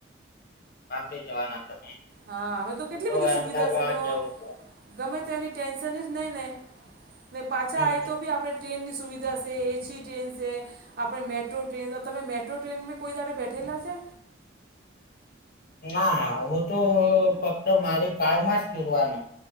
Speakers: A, on the left; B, on the right.
A: બામ્બે જવાના તમે?
B: હા હવે તો
A: હું
B: કેટલી બધી સુવિધા
A: અમદાવાદ
B: સે, તો
A: જવું છું.
B: ગમે તેની ટેન્શન જ નહીં ને ને પાછા
A: હમ
B: આવે
A: હમ.
B: તો બી આપડે ટ્રેનની સુવિધા છે, એસી ટ્રેન છે, આપડે મેટ્રો ટ્રેન તમે મેટ્રો ટ્રેન મે કોઈ દાડે બેઠેલા છે.
A: ના હું તો ફક્ત મારી કારમાં જ ફીરવાનું